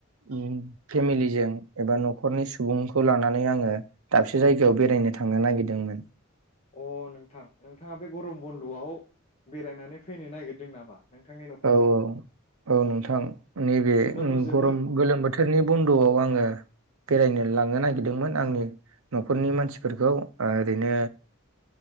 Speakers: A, on the right; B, on the left.
A: ओम फेमिलिजों एबा न'खरनि सुबुंखौ लानानै आङो दाबसे जायगायाव बेरायनो थांनो नागिरदोंमोन ।
B: अ नोंथां नोंथाङा बे गरम बन्द'वाव बेरायनानै फैनो नागिरदों नामा? नोंथांनि न'खरजों
A: औ औ औ नोंथां
B: अ
A: नैबे
B: बिदिब्लाथ'
A: ओम
B: जोबोद
A: गरम गोलोम बोथोरनि बन्द'आव आङो बेरायनो लांनो नागिरदोंमोन आंनि न'खरनि मानसिफोरखौ ओरैनो